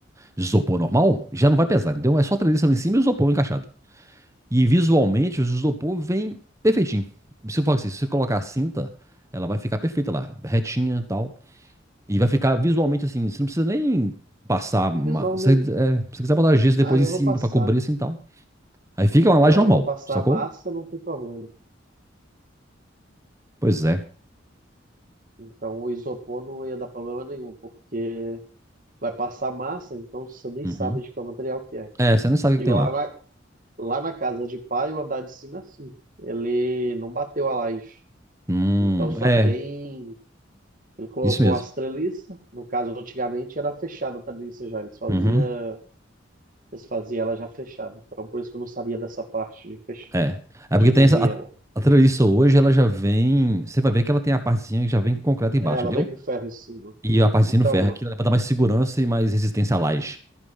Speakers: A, on the right; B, on the right.
A: de isopor normal, já não vai pesar, entendeu? É só a treliça lá em cima e o isopor encaixado. E visualmente, o isopor vem perfeitinho. Se eu falar assim, se você colocar a cinta, ela vai ficar perfeita lá, retinha e tal. E vai ficar visualmente assim, você não precisa nem passar. ma-
B: Visualmente,
A: você- é, se você quiser botar gesso
B: mas
A: depois
B: eu
A: em cima
B: vou passar.
A: pra cobrir assim e tal. Aí fica uma
B: Então,
A: laje normal,
B: eu vou passar
A: sacou?
B: a massa, não tem problema.
A: Pois é.
B: Então o isopor não ia dar problema nenhum, porque vai passar massa, então você nem
A: Uhum.
B: sabe de qual material que é.
A: É, você nem sabe o
B: Igual
A: que que tem lá.
B: lá na, lá na casa de pai, o andar de cima é assim. Ele não bateu a laje.
A: Hum,
B: Então só
A: é,
B: tem. Ele colocou
A: isso mesmo.
B: as treliças. No caso, antigamente era fechada a treliça já. Eles fazia,
A: Uhum.
B: eles faziam ela já fechada. Então por isso que eu não sabia dessa parte de, fech-
A: É. É
B: de
A: porque
B: cobrir
A: tem essa. A,
B: ela.
A: a treliça hoje, ela já vem. Você vai ver que ela tem a partezinha que já vem com concreto embaixo,
B: Ela
A: entendeu?
B: veio com ferro em cima.
A: E a partezinha
B: Então,
A: no ferro, aquilo é pra dar mais segurança e mais resistência à laje.